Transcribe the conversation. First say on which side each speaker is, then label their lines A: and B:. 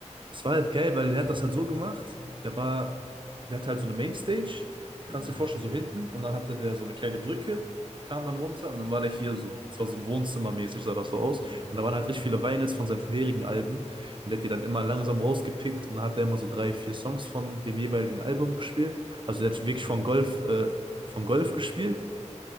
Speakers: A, on the right; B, on the left.
A: es war halt geil, weil der hat das halt so gemacht. Der war, der hatte halt so eine Mainstage, kannst
B: Mm,
A: du dir vorstellen, so hinten. Und dann hatte der so eine kleine Brücke, kam dann runter und dann war der hier so. Es war so ein Wohnzimmermäßig, sah das so aus.
B: mm,
A: Und da waren halt richtig viele Vinyls von seinen vorherigen Alben. Und der hat die dann immer langsam rausgepickt und dann hat er immer so drei, vier Songs von dem jeweiligen Album gespielt. Also der hat
B: mm,
A: wirklich von Golf, äh, von Golf gespielt